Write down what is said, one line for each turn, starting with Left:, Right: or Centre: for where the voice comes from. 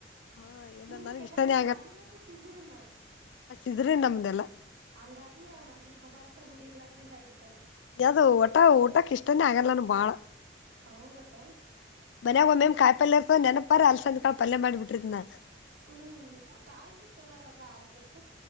Left: ಹಾ ಏನ
Right: ನಿಮ್ದು
Left: ನನ್ಗ್
Right: ಡೆಲಿವರಿ
Left: ಇಷ್ಟಾನೇ
Right: ನಾರ್ಮಲ್ ಆಕ ಸೀಜರಿನಾ
Left: ಇದ್ರೆ ನಮ್ದೆಲ್ಲಾ
Right: ಹಂಗಾಗಿ ಅವ್ನ ಅಂಜಿನ ಪದಾರ್ಥ ರೂಢಿರ್ಲಾರಂಗ ಆಾಯ್ಬಿಟ್ಟದ
Left: ಯಾವ್ದು ಊಟ ಊಟಕ್ ಇಷ್ಟನೆೇ ಆಗಲ್ಲ ನಾನು ಬಾಳ
Right: ಹೌದಕ್ಕ
Left: ನನ ಒ ಮಮ ಕಾಯ ಪಲ್ ಇರ್ತ ನೆನಪರ ಅಲ್ಲಿ ಸಂಂದ ಕಳ ಪಲ್ಯ ಮಾಡಿಬಿಟ್ಟ್ರಿದನ
Right: ಹ್ಮ್ ಕಾಲೆಿಂದ ಚಛಲೋಲ್ಲಕ್ಕಾ ಆರೋಗ್ಯಕ್ಕೆ